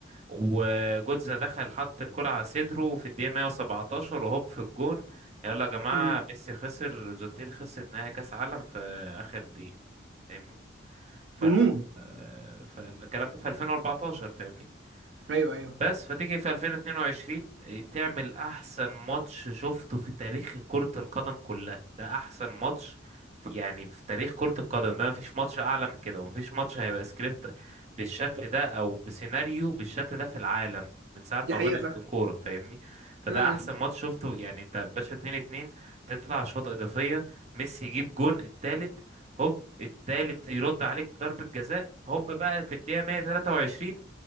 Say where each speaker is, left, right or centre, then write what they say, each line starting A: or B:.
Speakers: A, on the right; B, on the right.
A: وجوتزا دخل حط الكرة على صدره في الدقيقة 117 وهوب في الجون يلا يا جماعة
B: امم
A: ميسي خسر الأرجنتين خسرت نهائي كأس عالم في آخر دقيقة فاهمني فال
B: جنون
A: آه، فالكلام ده في 2014 فاهمني
B: ايوه ايوه
A: بس فتيجي في 2022 تعمل احسن ماتش شفته في تاريخ كرة القدم كلها ده احسن ماتش في يعني في تاريخ كرة القدم ده مفيش ماتش اعلى من كده ومفيش ماتش هيبقى سكريبت بالشكل ده او بسيناريو بالشكل ده في العالم من ساعة
B: دي
A: ما
B: حقيقة
A: بدأت
B: فعلا
A: الكورة فاهمني فده
B: امم
A: احسن ماتش شفته يعني انت باشا 2 2 تطلع اشواط اضافية ميسي يجيب جون التالت هوب التالت يرد عليك بضربة جزاء هوب بقى في الدقيقة 123